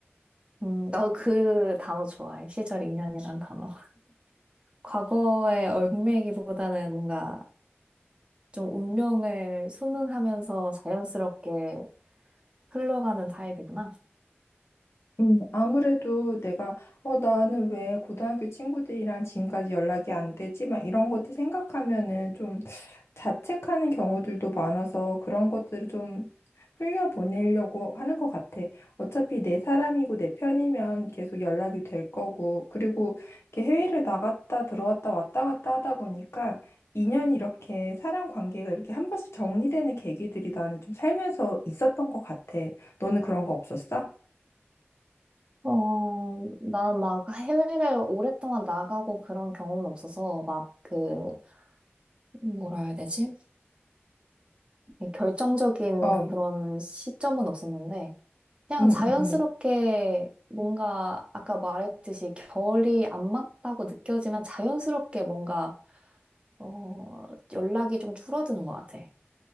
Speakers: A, on the right; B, on the left.
A: 음, 나도 그 단어 좋아해. 시절 인연이란 단어. 과거의 얽매이기보다는 뭔가 좀 운명을 순응하면서 자연스럽게 흘러가는 타입이구나.
B: 음, 아무래도 내가, 어, 나는 왜 고등학교 친구들이랑 지금까지 연락이 안 되지? 막 이런 것들 생각하면은 좀 자책하는 경우들도 많아서 그런 것들을 좀 흘려보내려고 하는 것 같아. 어차피 내 사람이고 내 편이면 계속 연락이 될 거고. 그리고 이렇게 해외를 나갔다 들어왔다 왔다 갔다 하다 보니까 인연이 이렇게 사람 관계가 이렇게 한 번씩 정리되는 계기들이 나는 좀 살면서 있었던 것 같아. 너는 그런 거 없었어?
A: 어, 난 막 해외를 오랫동안 나가고 그런 경험은 없어서 막 그, 뭐라 해야 되지? 이 결정적인
B: 어.
A: 그런 시점은 없었는데 그냥
B: 응응응
A: 자연스럽게 뭔가 아까 말했듯이 결이 안 맞다고 느껴지면 자연스럽게 뭔가 어, 연락이 좀 줄어드는 것 같아.